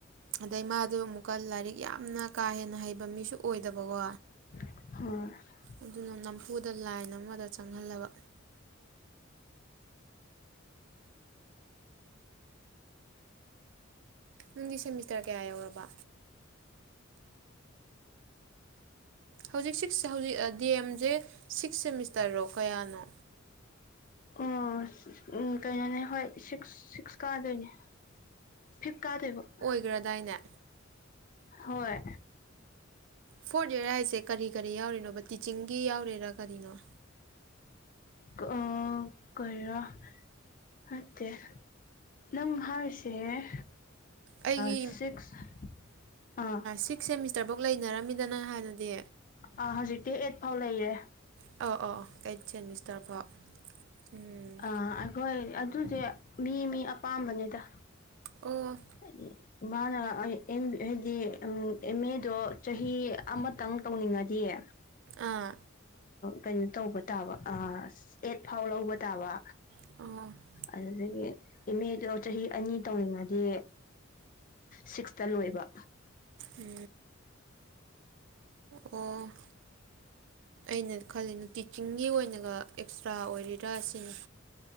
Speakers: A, on the right (about 65°); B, on the left (about 40°).
A: ꯑꯗꯩ ꯃꯥꯗꯨ ꯑꯃꯨꯛꯀ ꯂꯥꯏꯔꯤꯛ ꯌꯥꯝꯅ ꯀꯥ ꯍꯦꯟꯅ ꯍꯩꯕ ꯃꯤꯁꯨ ꯑꯣꯏꯗꯕꯀꯣ
B: <unintelligible>
A: ꯑꯗꯨꯅ ꯅꯝꯐꯨꯗ ꯂꯥꯏꯟ ꯑꯃꯗ ꯆꯪꯍꯜꯂꯕ ꯅꯪꯗꯤ ꯁꯦꯃꯤꯁꯇꯔ ꯀꯌꯥ ꯌꯧꯔꯕ ꯍꯧꯖꯤꯛ ꯁꯤꯛꯁ ꯍꯧꯖꯤꯛ ꯗꯤ ꯑꯦꯝꯁꯦ ꯁꯤꯛꯁ ꯁꯦꯃꯤꯁꯇꯔꯔꯣ ꯀꯌꯥꯅꯣ
B: ꯑꯣ ꯎ ꯀꯩꯅꯣꯅꯦ ꯍꯣꯏ ꯁꯤꯛꯁ ꯁꯤꯛꯁ ꯀꯥꯗꯣꯏꯅꯦ ꯐꯤꯞ ꯀꯥꯗ‌ꯣꯏꯕ
A: ꯒ꯭ꯔꯗꯥꯏꯅꯦ
B: ꯍꯣꯏ
A: ꯐꯣꯔꯠ ꯏꯔ ꯍꯥꯏꯁꯦ ꯀꯔꯤ ꯀꯔꯤ ꯌꯥꯎꯔꯤꯅꯣꯕ ꯇꯤꯆꯤꯡꯒꯤ ꯌꯥꯎꯔꯤꯔꯥ ꯀꯔꯤꯅꯣ
B: <unintelligible> ꯅꯪ ꯍꯥꯏꯔꯤꯁꯦ
A: ꯑꯩꯒꯤ
B: ꯁꯤꯛꯁ ꯑꯥ
A: ꯁꯤꯛꯁ ꯁꯦꯃꯤꯁꯇꯔꯐꯧ ꯂꯩꯅꯔꯝꯃꯤꯗꯅ ꯍꯥꯟꯅꯗꯤ
B: ꯑ ꯍꯧꯖꯤꯛꯇꯤ ꯑꯩꯠ ꯐꯥꯎ ꯂꯩꯔꯦ
A: ꯑ ꯑ ꯑꯩꯠ ꯁꯦꯃꯤꯁꯇꯔ ꯐꯥꯎ ꯎꯝ
B: ꯑꯥ ꯑꯩꯈꯣꯏ ꯑꯗꯨꯗꯤ ꯃꯤ ꯃꯤ ꯑꯄꯥꯝꯕꯅꯤꯗ
A: ꯑꯣ
B: ꯍꯥꯏ ꯃꯥꯅ ꯍꯥꯏꯗꯤ ꯑꯦꯝ ꯑꯦꯗꯣ ꯆꯍꯤ ꯑꯃꯇꯪ ꯇꯧꯅꯤꯡꯉꯗꯤꯌꯦ
A: ꯑꯥ
B: ꯀꯩꯅꯣ ꯇꯧꯕ ꯇꯥꯕ ꯑꯦꯠ ꯐꯥꯎ ꯂꯧꯕ ꯇꯥꯕ
A: <unintelligible>
B: ꯑꯗꯨꯗꯒꯤ ꯑꯦꯝ ꯑꯦꯗꯣ ꯆꯍꯤ ꯑꯅꯤ ꯇꯧꯔꯤꯉꯩꯗꯤ ꯁꯤꯛꯁꯇ ꯂꯣꯏꯕ
A: ꯎꯝ ꯑꯣ ꯑꯩꯅ ꯈꯜꯂꯤꯅ ꯇꯤꯆꯤꯡꯒꯤ ꯑꯣꯏꯅꯒ ꯑꯦꯛꯁꯇ꯭ꯔꯥ ꯑꯣꯏꯔꯤꯔꯥ ꯁꯤꯅꯤ